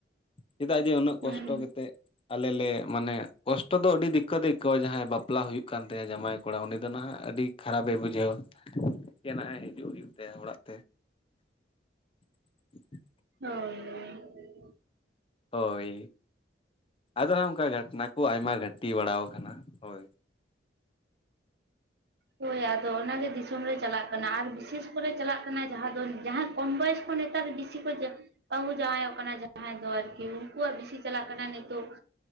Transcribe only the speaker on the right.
ᱦᱩᱸ
ᱦᱳᱭ ᱦᱚᱭ ᱾
ᱦᱳᱭ ᱟᱫᱚ ᱚᱱᱟᱜᱮ ᱫᱤᱥᱚᱢ ᱨᱮ ᱪᱟᱞᱟᱜ ᱠᱟᱱᱟ ᱟᱨ ᱵᱤᱥᱮᱥ ᱠᱚᱨᱮ ᱪᱟᱞᱟᱜ ᱠᱟᱱᱟ ᱡᱟᱦᱟᱸ ᱫᱚ ᱡᱟᱦᱟᱸᱭ ᱠᱚᱢ ᱵᱚᱭᱚᱥ ᱠᱷᱚᱱ ᱱᱮᱛᱟᱨ ᱵᱮᱥᱤ ᱠᱚ ᱵᱟᱹᱦᱩ ᱡᱟᱶᱟᱭᱚᱜ ᱠᱟᱱᱟ ᱡᱟᱦᱟᱸᱭ ᱫᱚ ᱟᱨᱠᱤ ᱩᱱᱠᱩᱣᱟᱜ ᱵᱮᱥᱤ ᱪᱟᱞᱟᱜ ᱠᱟᱱᱟ ᱱᱤᱛᱚᱜ